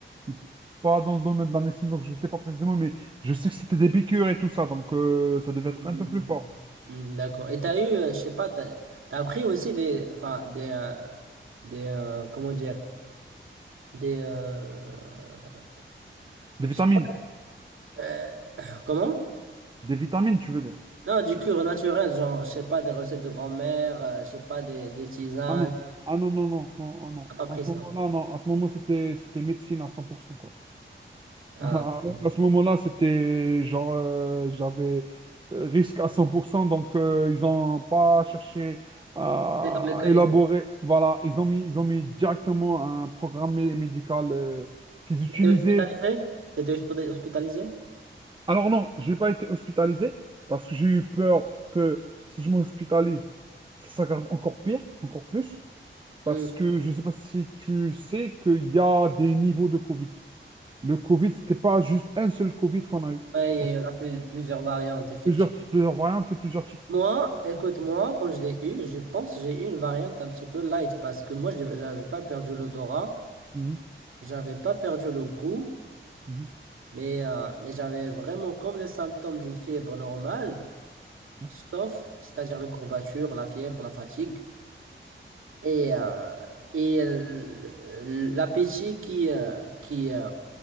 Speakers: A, on the right (about 25°); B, on the right (about 75°).
A: je suis pas dans le domaine de la médecine, donc je sais pas précisément, mais je sais que c'était des piqûres et tout ça, donc euh, ça devait
B: Mhm.
A: être un peu plus fort.
B: Hmm, D'accord. Et t'as eu, euh, je sais pas, t'as, t'as pris aussi des, enfin, des, euh, des, euh, comment dire, des, euh,
A: Des
B: je
A: vitamines,
B: sais pas, euh, <clears throat> comment?
A: des vitamines, tu veux dire.
B: Non, du cure naturel, genre, je sais pas, des recettes de grand-mère, euh, je sais pas, des, des tisanes.
A: Ah non, ah non, non, non, non, ah non.
B: T'as pas pris
A: À ce
B: ça.
A: moment-là, non, à ce moment, c'était c'était médecine à 100% quoi. <laughs>
B: Ah,
A: À,
B: ok.
A: ce moment-là, c'était genre, euh, j'avais euh, risque à 100% donc euh, ils n'ont pas cherché à
B: T'étais dans le cas.
A: élaborer. Voilà, ils ont mis, ils ont mis directement un programme mé- médical euh, qu'ils utilisaient.
B: T'étais hospitalisé? T'étais hospi- hospitalisé?
A: Alors non, j'ai pas été hospitalisé parce que j'ai eu peur que si je m'hospitalise, ça s'aggrave encore pire, encore plus. Parce
B: Hmm.
A: que je ne sais pas si tu sais qu'il y a des niveaux de Covid. Le Covid, c'était pas juste un seul Covid qu'on a eu.
B: Ouais, il
A: Bon,
B: y en a plus- plusieurs variantes, effectivement.
A: Plusieurs types, plusieurs variantes et plusieurs types.
B: Moi, écoute-moi, quand je l'ai eu, je pense que j'ai eu une variante un petit peu light parce que moi, je n'avais pas perdu l'odorat,
A: Mhm,
B: j'avais pas perdu le goût,
A: mhm,
B: mais, euh, mais j'avais vraiment comme les symptômes d'une fièvre normale,
A: ouais.
B: sauf, c'est-à-dire les courbatures, la fièvre, la fatigue. Et, euh, et l- l'appétit qui, euh, qui euh,